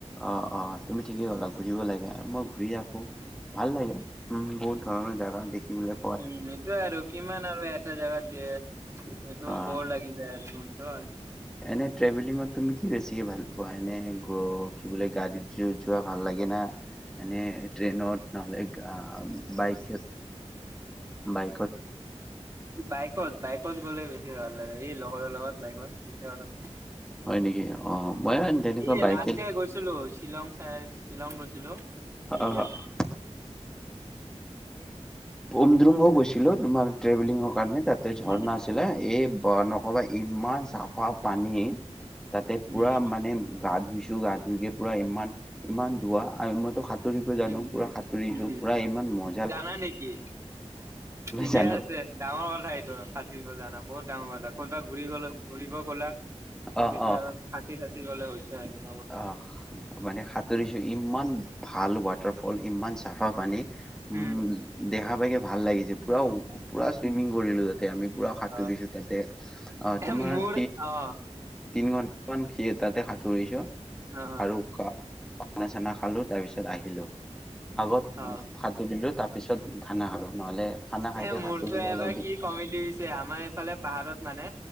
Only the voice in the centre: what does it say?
অ অ তুমি ঠিকেই ক'লা ঘূৰিব লাগে আৰু মই ঘূৰি আহোঁ, ভাল লাগে উম বহুত ধৰণৰ জাগা দেখিবোলে
অ',
এনে ট্ৰেভেলিঙত তুমি কি বেছিকে ভাল পোৱা? এনে গ কি বোলে গাড়ীত <unintelligible> যোৱা ভাল লাগে না এনে ট্ৰেইনত নহ'লে আহ বাইক, বাইক
হয় নেকি অ মই তেনেকুৱা
বাইকে
অ'।
পোন্দ্ৰুঙগো গৈছিলো তোমাৰ ট্ৰেভেলিঙৰ কাৰণে তাত
ঝৰ্ণা আছিলে, এই নকবা ইমান চাফা পানী তাতে
পুৰা
মানে গা ধুইছো গা ধুইকে পুৰা ইমান ইমান ধুৱ আৰু মইতো সাতুৰিব জানো
পুৰা সাঁতুৰিছো,
পুৰা ইমান ম
জানো
অ
অ
আহ মানে সাঁতুৰিছোঁ, ইমান ভাল ৱাত ৱাটাৰ ফল, ইমান চাফা পানী, উ
দেখা পাইকে ভাল লাগিছে পুৰা পুৰা চুইমিং কৰিলো তাতে আমি পুৰা সাঁতুৰিছো
তাতে অ
তোমাৰ
তিনি ঘন্টা মান সি তাতে সাঁতোৰিছো
আৰু খানা-চানা খালো তাৰ পিছত আহিলো। আগত
ভাত তুলিলো তাৰপিছত খানা আৰু নহ'লে খানা খাইকে
সাঁতুৰিব
অলপ
দিগ